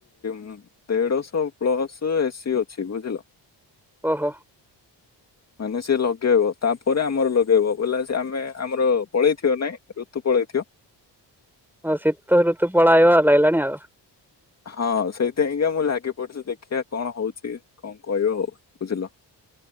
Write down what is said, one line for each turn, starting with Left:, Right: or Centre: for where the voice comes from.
Left: ମୁଁ ଦେଢଶହ ପ୍ଲସ ଏସିି ଅଛି ବୁଝିଲ।
Centre: ଓହୋ।
Left: ମାନେ ସେ ଲଗେଇବ ତାପରେ ଆମର ଲଗେଇବ ବୋଲେ ସେ ଆମେ ଆମର ପଳେଇଥିବା ନାଇ? ଋତୁ ପଳାଇଥିବ।
Centre: ହଁ। ଶୀତ ଋତୁ ପଳାଇବ ଲାଗିଲାଣି ଆଉ।
Left: ହଁ ସେଇଥିପାଇଁକା ମୁଁ ଲାଗି ପଡିଛି ଦେଖିବା କଣ ହଉଛି? କଣ କହିବ, ହଉ ବୁଝିଲ।